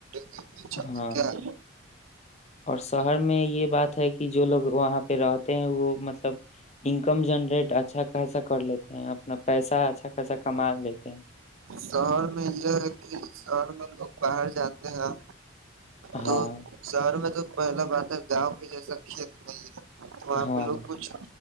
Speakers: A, on the right (about 85°); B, on the left (about 30°).
A: گے بیچیں
B: ہاں
A: گے کیا
B: اور شہر میں یہ بات کہ جو لوگ وہاں پہ رہتے ہیں وہ مطلب انکم جنریٹ اچھا خاصا کر لیتے ہیں اپنا پیسہ اچھا خاصا کما لیتے ہیں
A: شہر میں یہ ہے کہ شہر میں لوگ باہر جاتے ہیں تو
B: ہاں
A: شہر میں تو پہلا بات ہے گاؤں کے جیسا کھیتر نہیں ہے وہاں
B: ہاں
A: پہ لوگ کچھ